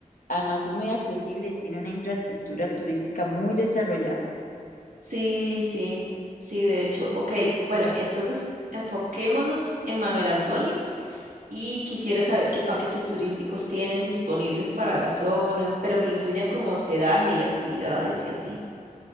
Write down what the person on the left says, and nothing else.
Además es muy accesible y tiene una infraestructura turística muy desarrollada.